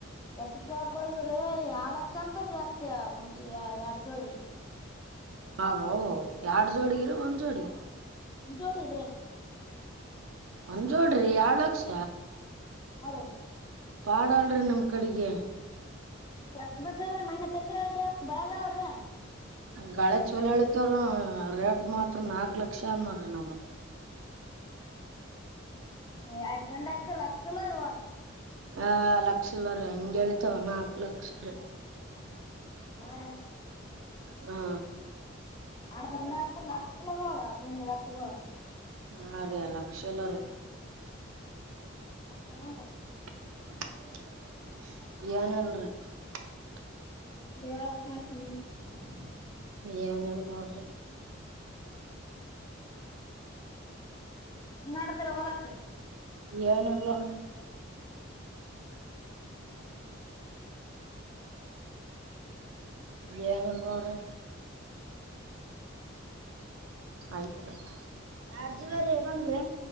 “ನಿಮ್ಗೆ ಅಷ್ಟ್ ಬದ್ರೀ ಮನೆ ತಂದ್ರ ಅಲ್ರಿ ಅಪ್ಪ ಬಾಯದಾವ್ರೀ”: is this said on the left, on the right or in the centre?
Left